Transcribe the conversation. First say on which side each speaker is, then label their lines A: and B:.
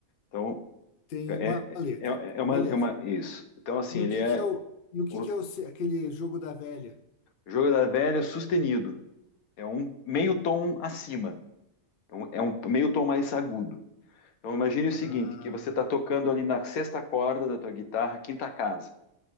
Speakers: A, on the left; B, on the left.
A: Então,
B: tem
A: é,
B: uma
A: é,
B: letra.
A: é é uma,
B: Beleza.
A: é uma, isso. Então, assim,
B: E
A: ele
B: o que
A: é
B: que é o, e o que
A: o
B: que é o, se- aquele jogo da velha?
A: jogo da velha sustenido. É um meio tom acima. Então, É um meio tom mais agudo. Então, imagine o seguinte,
B: Ah,
A: que você está tocando ali na sexta corda da tua guitarra, quinta casa.